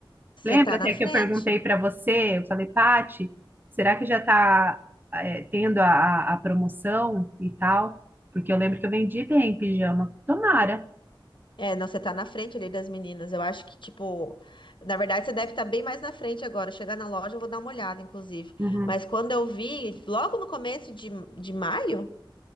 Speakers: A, on the left; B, on the right.
A: você
B: Lembra
A: tá na
B: até
A: frente.
B: que eu perguntei para você, eu falei, Pati, será que já está tendo a, a- a promoção e tal? Porque eu lembro que eu vendi bem pijama. Tomara.
A: É, não, você tá na frente ali das meninas. Eu acho que, tipo, na verdade você deve estar bem mais na frente agora. Chegar na loja, eu vou dar uma olhada, inclusive.
B: Uhum,
A: Mas quando eu vi, logo no começo de, de maio,